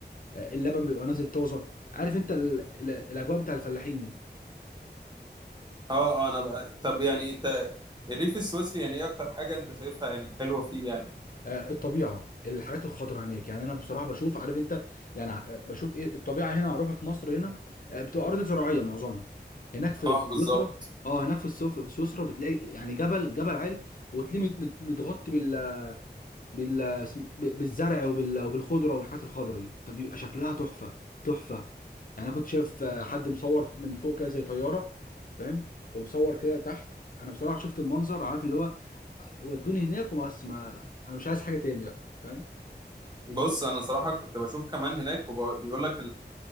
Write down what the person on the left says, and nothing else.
آه، اللبن بيبقى نازل طازه عارف انت ال... ال... الاجواء بتاع الفلاحين دي
آه، الطبيعه الحاجات الخضراء هناك يعني انا بصراحه بشوف عارف انت يعني آه، بشوف ايه الطبيعه هنا معروفه في مصر هنا آه، بتبقى ارض زراعيه معظمها هناك في
في
سويسرا اه هناك في السوف في سويسرا بتلاقي يعني جبل جبل عالي وتلاقيه مت- مت- متغطي بال بال... اسم- ب- بالزرع وبال... وبالخضره والحاجات الخضره دي فبيبقى شكلها تحفه تحفه يعني انا كنت شايف آه، حد مصور ف- من فوق كده زي طياره فاهم ومصور كده تحت انا بصراحه شفت المنظر عارف اللي هو ودوني هناك وبس ما انا مش عايز حاجه تاني بقى فاهم